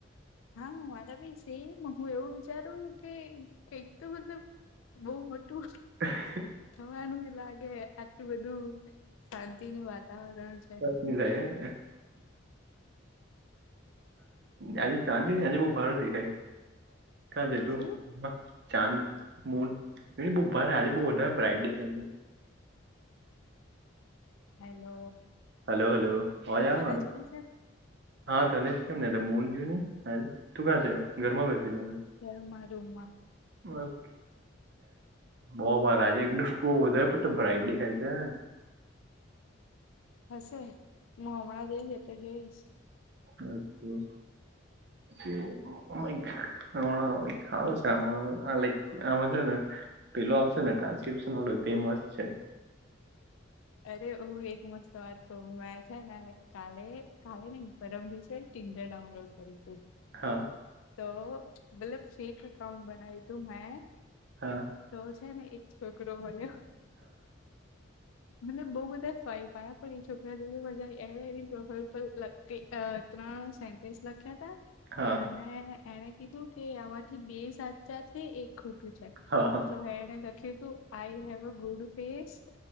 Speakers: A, on the left (about 80°); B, on the right (about 55°).
A: હા હું હાથ આપીશ. તેમ હું એવું વિચારું કે કંઈક તો મતલબ બહુ મોટું,
B: હ <inaudible>
A: વાનું લાગે આટલું બધું શાંતિનું વાતાવરણ છે,
B: નીલા એકને, આજે સાંજે આજે બહુ ભાર દેખાઈ કાંજ તું,
A: શું
B: ચાંદ મૂન બાર આજે બહુ વધારે બ્રાનટી દેખાય છે,
A: હેલો,
B: હાલો હાલો ઓયા
A: મને
B: હારું.
A: જ કે છે
B: હા ધનેજ કેમને એટલે મને જૂનીલે તું ક્યાં છે, ઘરમાં બેસી છે.
A: ઘરમાં જોમાં મા,
B: બ <inaudible> સ બહુબાર આજે એકદમ બહુ વધારે બ્રાઈટ દેખાય છે, ને
A: હશે હું હમણાં જઈશ એટલે જોઈશ,
B: અચ્છા, હમણા હાલ છે, આમાં આ લાઈક આમાં છે, ને પેલો આવશેને ટ્રાન્સ્ક્રિપ્શન વાળો તે મસ્ત છે,
A: અરે હું એક મસ્ત, તો વાત કહું મે છે, ને કાલે કાલે ને ઇન પરમદિવસે વિશે ટીમ ડાઉનલોડ કરીદે.
B: હા.
A: તો મતલબ ફેક અકાઉન્ટ બનાઈ તુંમે
B: હા.
A: તો છે, ને એક છોકરો મળ્યો. મતલબ બહુ બધા સ્વાય પાયા પણ એ છોકરા મજા એને એવી ઉપલબ્ધ. તે ત્રણ સેનટેશ લખ્યા હતા,
B: હા,
A: અને એણે કીધું કે આમાંથી બે સાચા છે, એક ખોટું છે.
B: હા, હા.
A: તોએ લખ્યું I have good face,